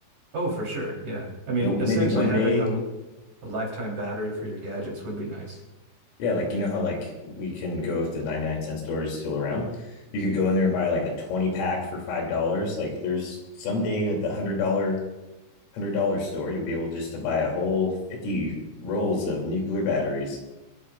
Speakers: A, on the right (about 40°); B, on the left (about 75°).
A: oh, for sure. Yeah. I mean,
B: You know, maybe
A: essentially
B: one
A: having
B: day
A: a, a lifetime battery for your gadgets would be nice. <laughs>
B: Yeah, like you know how like we can go if the 99 cent store is still around. You could go in there and buy like a 20 pack for five dollars. Like there's someday at the one hundred dollar hundred dollar store, you'll be able just to buy a whole 50 rolls of nuclear batteries.